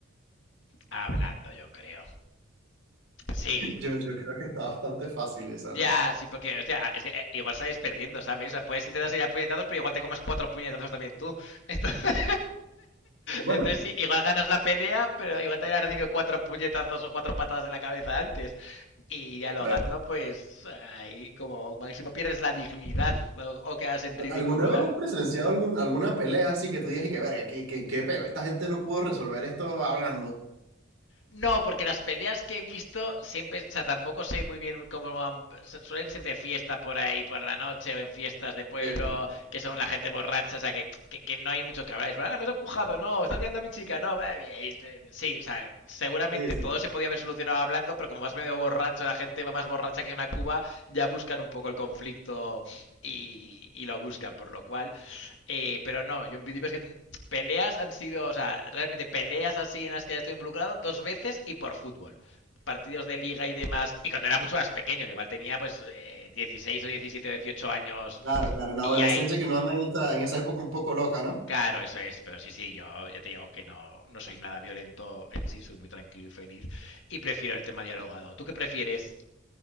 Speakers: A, on the left; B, on the right.
A: Hablando, yo creo. Sí,
B: <laughs> Yo, yo creo que está bastante fácil esa,
A: ya,
B: ¿no?
A: sí, porque, hostia, es que eh, igual sales perdiendo, ¿sabes? O sea, puedes intentar salir a puñetazos, pero igual te comas cuatro puñetazos también tú. <laughs> Entonces,
B: Bueno,
A: Entonces, sí, igual ganas la pelea, pero igual te haya recibido cuatro puñetazos o cuatro patadas en la cabeza antes. Y dialogando,
B: A ver,
A: pues ahí como máximo pierdes la dignidad o, o quedas en ridículo
B: ¿alguna vez has presenciado algún- alguna pelea así que tú digas y que verga, qué, qué, qué peo? Esta gente no pudo resolver esto hablando.
A: No, porque las peleas que he visto siempre, o sea, tampoco sé muy bien cómo van, suelen ser de fiesta por ahí, por la noche o en fiestas de pueblo,
B: Sí,
A: que son la gente borracha, o sea, que, que, que no hay mucho que hablar. Es, ah, me has empujado, no, estás mirando a mi chica, no. Sí, o sea, seguramente
B: sí.
A: todo se podía haber solucionado hablando, pero como vas medio borracho, la gente va más borracha que una cuba, ya buscan un poco el conflicto y, y lo buscan, por lo cual, eh, pero no, yo en principio es que peleas han sido, o sea, realmente peleas así en las que ya estoy involucrado dos veces y por fútbol. Partidos de liga y demás, y cuando era mucho más pequeño, que igual tenía pues eh, 16 o 17 o 18 años
B: Claro, claro, en la
A: y
B: adolescencia
A: ahí pues...
B: que uno anda en esta, en esa época un poco loca, ¿no?
A: Claro, eso es, pero sí, sí, yo ya te digo que no, no soy nada violento en sí, soy muy tranquilo y feliz y prefiero el tema dialogado. ¿Tú qué prefieres?